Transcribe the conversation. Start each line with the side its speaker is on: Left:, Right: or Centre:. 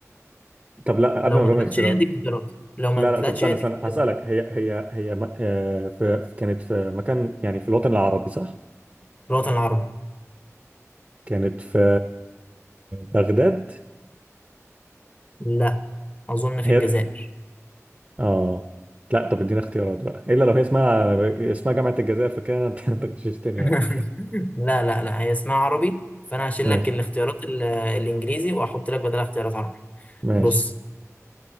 Right: طب لا قبل
Left: لو
Right: ما
Left: ما
Right: اجاوب
Left: طلعتش
Right: من الاختيارات
Left: هي اديك اختيارات لو ما
Right: لا
Left: طلعتش
Right: لا طب استنى
Left: هي اديك
Right: استنى
Left: اختيارات
Right: هسالك هي هي هي م... آه، في... في- كانت في مكان يعني في الوطن العربي صح
Left: في الوطن العربي
Right: كانت في بغداد
Left: لا اظن في
Right: هي
Left: الجزائر
Right: اه لا طب ادينا اختيارات بقى الا لو هي اسمها اسمها جامعة الجزائر فكده انت انت غششتني
Left: <laughs>
Right: <laughs> يعني
Left: لا لا لا هي اسمها عربي فانا هشيل
Right: ماشي
Left: لك الاختيارات ال- الانجليزي واحط لك بدلها اختيارات عربي
Right: ماشي
Left: بص